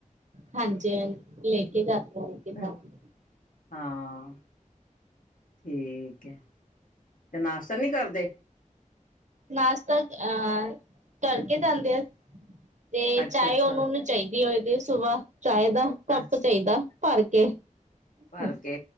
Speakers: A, on the right; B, on the left.
A: ਹਾਂਜੀ, ਲੈ ਕੇ ਜਾਂਦੇ- ਕਿਤਾਬ
B: ਹਾਂ। ਠੀਕ ਹੈ, ਤੇ ਨਾਸ਼ਤਾ ਨਹੀਂ ਕਰਦੇ?
A: ਨਾਸ਼ਤਾ ਅਹ ਕਰਕੇ ਜਾਂਦੇ ਆ ਤੇ
B: ਅੱਛਾ-ਅੱਛਾ,
A: ਚਾਏ <unintelligible> ਚਾਹੀਦੀ ਹੋਏ ਦੀ ਸੁਬਾਹ, ਚਾਹੇ ਦਾ ਕੱਪ
B: ਅੱਛ
A: ਚਾਹੀਦਾ ਭਰ ਕੇ।
B: ਭਰ
A: ਹੂੰ,
B: ਕੇ,